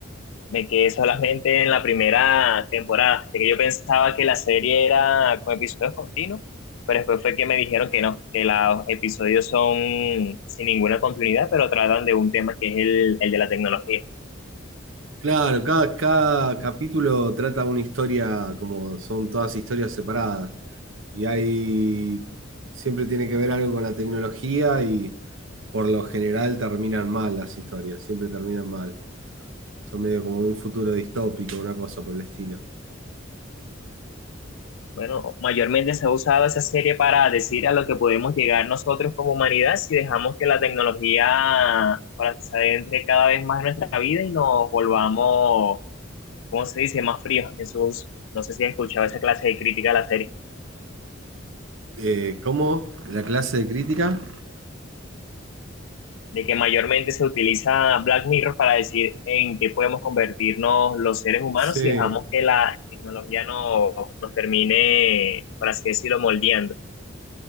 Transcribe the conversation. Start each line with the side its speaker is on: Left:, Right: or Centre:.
Left: me quedé solamente en la primera temporada, de que yo pensaba que la serie era con episodios continuos, pero después fue que me dijeron que no, que los episodios son sin ninguna continuidad, pero tratan de un tema que es el, el de la tecnología.
Right: Claro, cada, cada capítulo trata una historia, como son todas historias separadas. Y hay, siempre tiene que ver algo con la tecnología y por lo general terminan mal las historias, siempre terminan mal. Son medio como un futuro distópico, una cosa por el estilo.
Left: Bueno, mayormente se ha usado esa serie para decir a lo que podemos llegar nosotros como humanidad si dejamos que la tecnología para se adentre cada vez más en nuestra vida y nos volvamos, ¿cómo se dice?, más fríos en sus... No sé si has escuchado esa clase de crítica a la serie.
Right: Eh, ¿cómo? ¿La clase de crítica?
Left: de que mayormente se utiliza Black Mirror para decir en qué podemos convertirnos los seres humanos
Right: Sí,
Left: si dejamos que la tecnología no, nos termine, por así decirlo, moldeando.